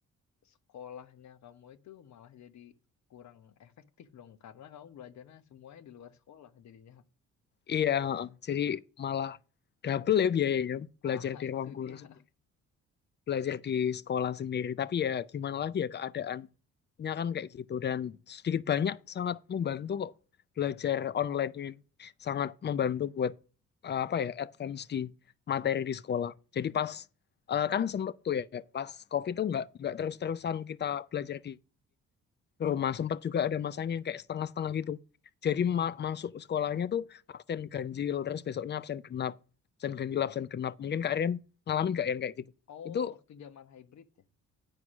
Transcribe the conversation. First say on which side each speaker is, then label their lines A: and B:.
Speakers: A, on the left; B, on the left.
A: sekolahnya kamu itu malah jadi kurang efektif dong karena kamu belajarnya semuanya di luar sekolah jadinya.
B: Iya, heeh. jadi malah double ya biayanya belajar
A: Ah, <laughs>
B: di
A: itu
B: ruang guru
A: dia.
B: sendiri, belajar di sekolah sendiri. Tapi ya gimana lagi ya keadaannya kan kayak gitu dan sedikit banyak sangat membantu kok belajar online ini sangat membantu buat eh, apa ya advance di materi di sekolah. Jadi pas eh, kan sempet tuh ya pas COVID tuh nggak nggak terus-terusan kita belajar di rumah sempat juga ada masanya yang kayak setengah-setengah gitu jadi
A: Hmm.
B: ma- masuk sekolahnya tuh absen ganjil terus besoknya absen genap absen ganjil absen genap mungkin Kak Rian ngalamin gak yang kayak gitu
A: Oh,
B: itu
A: waktu zaman hybrid ya.